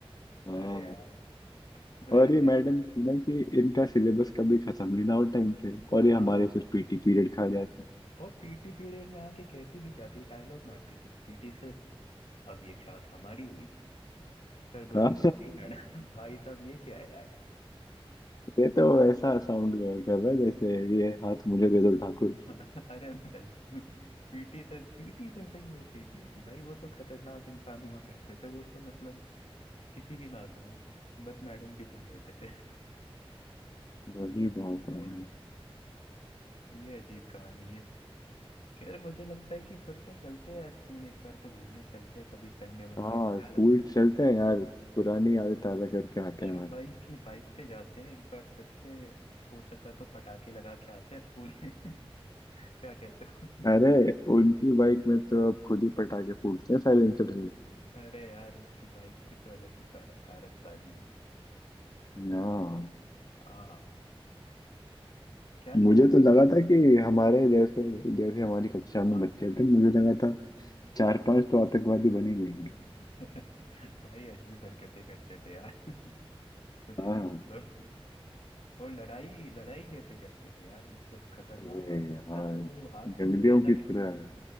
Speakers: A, on the left (about 40°); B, on the left (about 75°).
A: हाँ
B: अरे यार मैडम
A: और ये मैडम थी ना कि इनका सिलेबस कभी खत्म ही ना हो टाइम पे और
B: हाँ
A: ये हमारे फिर पीटी पीरियड खा जाती
B: और पीटी पीरियड में आके कहती भी क्या थी डायलॉग मारती थी पीटी सर अब ये क्लास हमारी हुई सर बोलते
A: हाँ
B: थे जी मैडम भाई
A: <laughs>
B: साहब ये क्या है यार
A: ये तो ऐसा साउंड कर कर रहा है जैसे ये हाथ मुझे दे दो ठाकुर
B: <laughs> अरे बिल्कुल पीटी सर पीटी सर से ही उम्मीद नहीं थी भाई वो तो खतरनाक इंसान हुआ करते थे वो तो मतलब किसी की ना सुने बस मैडम की सुन लेते थे
A: वही बात
B: भाई
A: है
B: ये अजीब कहानी है खैर मुझे लगता है कि फिर से चलते हैं स्कूल एक बार तो घूमने चलते हैं कभी संडे वनडे
A: हाँ
B: को क्या
A: स्कूल
B: लगता
A: चलते हैं यार पुरानी यादें ताजा करके
B: है
A: आते
B: ऋषभ
A: हैं
B: भाई की बाइक पे जाते हैं एक बार फिर से हो सका तो पटाखे लगा के आते हैं स्कूल में <laughs> क्या कहते हो
A: अरे उनकी बाइक में तो अब खुद ही पटाखे फूटते हैं साइलेंसर से
B: <laughs> अरे यार उनकी बाइक की तो अलग ही का, कारस्तानी है
A: हाँ
B: हाँ क्या
A: मुझे
B: कहते
A: तो लगा
B: हो
A: था कि हमारे जैसे जैसे हमारी कक्षा में
B: हाँ
A: बच्चे थे मुझे लगा था चार
B: हाँ
A: पांच तो आतंकवादी बन ही जाएंगे
B: <laughs> भाई अजीब हरकतें करते थे यार <laughs> कुछ
A: हाँ
B: भी मतलब और लड़ाई लड़ाई कैसे करते थे यार मतलब खतरनाक
A: ए,
B: वाली
A: हाँ
B: का तो हाथ
A: जंगलियों
B: तोड़ दिया था
A: की तरह
B: किसी ने